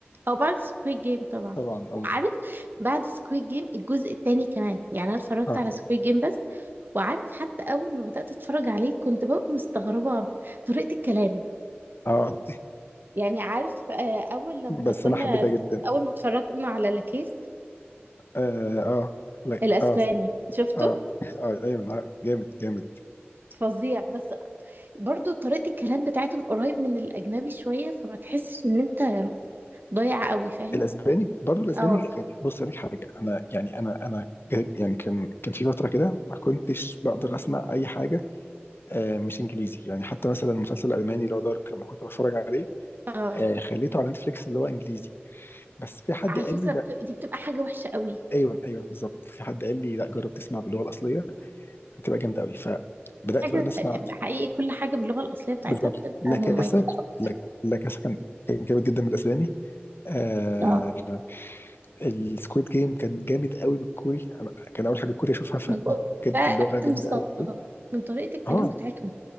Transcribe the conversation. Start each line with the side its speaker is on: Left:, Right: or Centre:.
Right: او بعد سكويد جيم طبعا
Left: طبعا اه
Right: وعارف بعد سكويد جيم الجزء التاني كمان يعني انا اتفرجت
Left: اه
Right: على سكويد جيم بس وعارف حتى اول ما بدات اتفرج عليه كنت ببقى مستغربه طريقه الكلام
Left: اه
Right: يعني عارف آه، اول لما
Left: بس
Right: كنا
Left: انا حبيتها جدا
Right: اول ما اتفرجنا على لاكيس
Left: اه اه لا
Right: الاسباني
Left: اه
Right: شفته
Left: اه اه ايوه أنا عارف. جامد جامد
Right: فظيع بس برضو طريقه الكلام بتاعتهم قريب من الاجنبي شويه فما تحسش ان انت ضايع قوي فاهم
Left: الاسباني برضو الاسباني
Right: اه
Left: كان- بص اقول لك حاجه انا يعني انا انا جا- يعني كان كان في فتره كده ما كنتش بقدر اسمع اي حاجه آه، مش انجليزي يعني حتى مثلا المسلسل الالماني اللي هو دارك لما كنت بتفرج عليه
Right: اه
Left: آه، خليته على نتفليكس اللي هو انجليزي بس في حد
Right: على
Left: قال
Right: فكره
Left: لي لا
Right: بت- دي بتبقى حاجه وحشه قوي
Left: ايوه ايوه بالظبط في حد قال لي لا جرب تسمع باللغه الاصليه هتبقى جامده قوي فبدات
Right: حاجة
Left: بقى نسمع
Right: حقيقي كل حاجة باللغة الأصلية بتاعتها
Left: بالظبط
Right: بتبقى
Left: لا
Right: مميزة
Left: كاسا
Right: أكتر
Left: لا لا كاسا كان كان جامد جدا بالاسباني آه
Right: اه
Left: السكويد جيم كان جامد قوي بالكوري انا كان اول حاجه كوري اشوفها فبجد
Right: من جوه بقى
Left: اللغه جامده
Right: مستغرب
Left: قوي
Right: من طريقة الكلام
Left: اه
Right: بتاعتهم